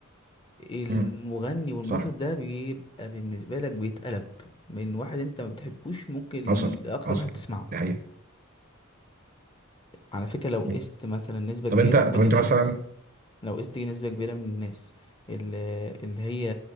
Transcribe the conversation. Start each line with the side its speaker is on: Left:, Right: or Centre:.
Left: المغني
Right: مم.
Left: والمطرب
Right: صح
Left: ده بيبقى بالنسبة لك بيتقلب من واحد انت ما بتحبوش ممكن
Right: حصل
Left: لاكتر
Right: حصل
Left: واحد بتسمعه
Right: ده حقيقي
Left: على فكرة لو قست
Right: مم.
Left: مثلا نسبة كبيرة
Right: طب انت طب
Left: من
Right: انت
Left: الناس
Right: مثلا
Left: لو قست نسبة كبيرة من الناس اللي, اللي هي